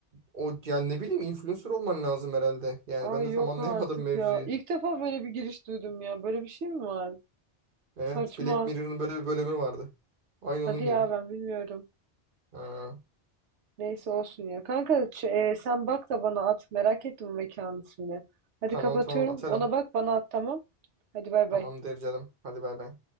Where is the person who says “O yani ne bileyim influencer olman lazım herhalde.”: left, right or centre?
Right